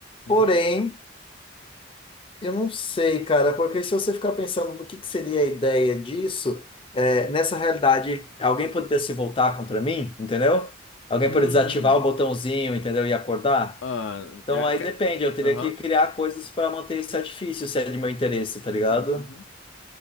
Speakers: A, on the left (about 80°); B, on the left (about 25°).
A: Uhum.
B: Porém. Eu não sei, cara, porque se você ficar pensando do que que seria a ideia disso, é, nessa realidade, alguém poderia se voltar contra mim, entendeu? Alguém
A: Hum.
B: poderia desativar o botãozinho, entendeu? E acordar.
A: Ah,
B: Então
A: é,
B: aí
A: ca-
B: depende, eu teria
A: Aham.
B: que criar coisas para manter esse artifício, se é de meu interesse, tá ligado?
A: Uhum. Uhum.